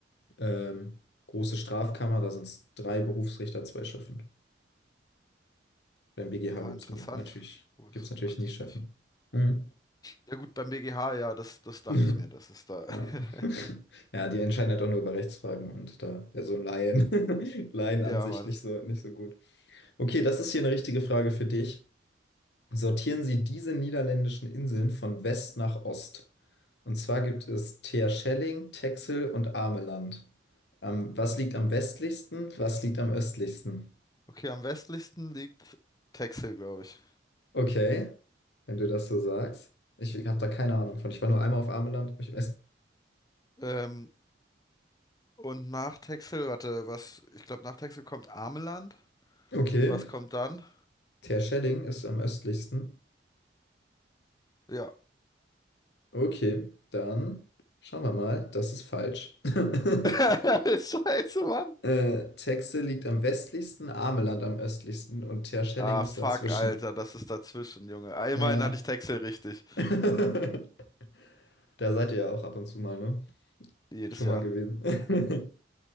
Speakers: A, on the left; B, on the left.
A: ähm, große Strafkammer, da sind es drei Berufsrichter, zwei Schöffen. Beim BGH
B: aha,
A: gibt
B: interessant.
A: es nie, natürlich,
B: Wus
A: gibt's natürlich
B: wusste
A: nie
B: ich
A: Chefen.
B: nicht.
A: Mhm.
B: Ja gut, beim BGH, ja, das, das dachte
A: <laughs>
B: ich mir, das ist da. <laughs>
A: Ja. <laughs> Ja, die entscheiden halt auch nur über Rechtsfragen und da wäre so ein Laien, <laughs> Laienansicht
B: Ja, Mann.
A: nicht so, nicht so gut. Okay, das ist hier eine richtige Frage für dich. Sortieren Sie diese niederländischen Inseln von West nach Ost. Und zwar gibt es Terschelling, Texel und Ameland. Ähm, was liegt am westlichsten? Was liegt am östlichsten?
B: Okay, am westlichsten liegt Texel, glaube ich.
A: Okay, wenn du das so sagst. Ich habe da keine Ahnung von. Ich war nur einmal auf Ameland, hab mich im
B: Ähm, und nach Texel, warte, was, ich glaube, nach Texel kommt Ameland.
A: Okay,
B: Und was kommt dann?
A: Terschelling ist am östlichsten.
B: Ja.
A: Okay, dann schauen wir mal. Das ist falsch. <laughs>
B: <laughs> Scheiße, Mann.
A: äh, Texel liegt am westlichsten, Ameland am östlichsten und Terschelling
B: Ah,
A: ist
B: fuck,
A: dazwischen.
B: Alter, das ist dazwischen, Junge. Einmal
A: Ja.
B: hatte ich Texel richtig.
A: <laughs> Da seid ihr ja auch ab und zu mal, ne?
B: Jedes
A: Schon
B: Jahr.
A: mal gewesen. <laughs>